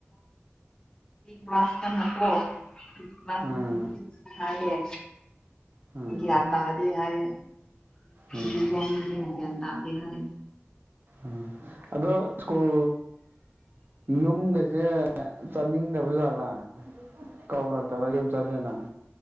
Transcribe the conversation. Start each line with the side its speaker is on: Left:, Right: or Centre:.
Left: ꯀ꯭ꯂꯥꯁꯇ ꯅꯀꯣ <inaudible>
Right: ꯎꯝ
Left: ꯍꯤꯟ ꯍꯥꯏꯌꯦ꯫
Right: ꯎꯝ
Left: ꯒ꯭ꯌꯥꯟ ꯇꯥꯗꯦ ꯍꯥꯏꯌꯦ
Right: ꯎꯝ
Left: <inaudible> ꯒ꯭ꯌꯥꯟ ꯇꯥꯗꯦ ꯍꯥꯏ꯫
Right: ꯎꯝ ꯑꯗꯣ ꯁ꯭ꯀꯨꯜ ꯌꯨꯝꯒꯁꯦ ꯆꯠꯅꯤꯡꯗꯕꯖꯥꯠꯂꯦ꯫ ꯂꯥ ꯀꯧꯔꯛꯇꯕ ꯌꯨꯝ ꯆꯠꯁꯦꯅ꯫